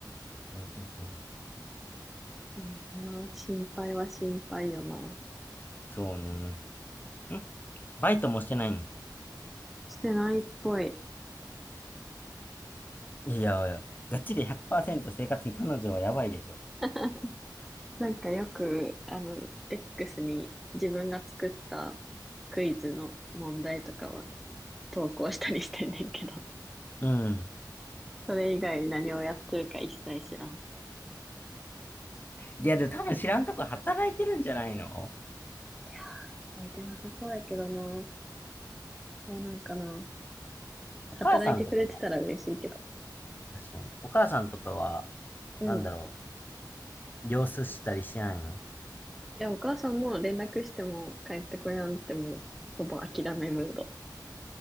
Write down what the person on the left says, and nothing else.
うんうんうん。
そうね。んバイトもしてないん
いやいや、がっちり100%生活に彼女はやばいでしょ。
うん。
いや、でも多分知らんとこ働いてるんじゃないの
お母さんとかは、
確かに。お母さんとかは、
なんだろ
う、様子したりしないの